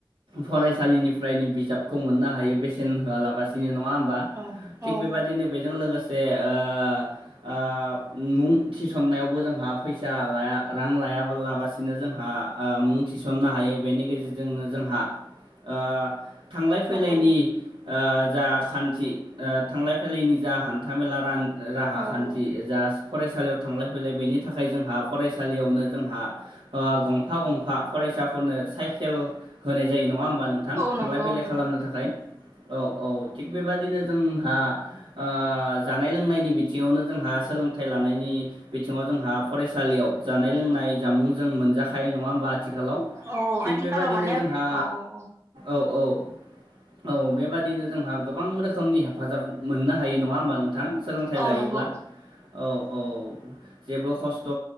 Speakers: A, on the right (about 80°); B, on the right (about 35°).
A: फरायसालिनिफ्रायनो बिजाबखौ मोननो हायो बेसेन होआलाबसिनो न ङा होमबा?
B: औ
A: थिग
B: औ
A: बेबादिनो बेजों लोगोसे ओ ओ ओ मुं थिसननायावबो जोंहा फैसा लाया रां लाया लाबासि नो जोंहा ओ मुं थिसननो हायो। बेनि गेजेरजोंनो जोंहा ओ थांलाय फैलायनि
B: औ
A: ओ जा खान्थि ओ थांलाय फैलायनि जा हान्थाामेला रां राहा
B: औ
A: खान्थि
B: औ
A: जास फरायसालियाव थांलाय फैलाय बेनि थाखाय जोंहा फराय फसालियावनो जोंहा गंफा गंफा फरायसाफोरनो साइकेल होनाय जायो नङा होमबा नोंथां
B: औ
A: थांलाय
B: नंगौ
A: फैलाय
B: औ नंगौ
A: खालामनो थाखाय औ औ थिग बेबादिनो जोंहा ओ जानाय लोंनायनि बिथिङावनो जोंहा सोलोंथाइ लानायनि बिथिङाव जोंहा फरायसालियाव जानाय लोंनाय नाय जामुं जों मोनजाखांनाय यो नङा होमबा आथिखालाव
B: औ
A: थिग
B: आथिखालाव
A: बेबायदिनो
B: माने
A: जोंहा
B: औ औ औ
A: ओ औ औ औ बेबादिनो जोंहा गोबां रोखोमनि हेफाजाब मोननो हायो नङा होमबा नोंथां सोलोंथाइ
B: औ
A: लायोब्ला
B: नंगौ
A: औ औ जेबो खस्थ'